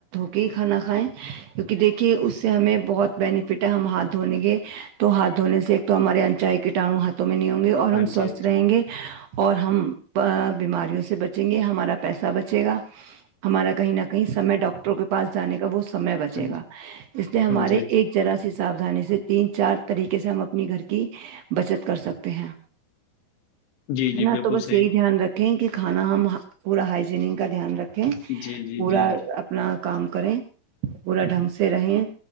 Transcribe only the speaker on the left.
ہاں
جی
ہاں جی
ہاں
جی
ہاں جی
جی جی
بالکل
صحیح
جی جی
جی جی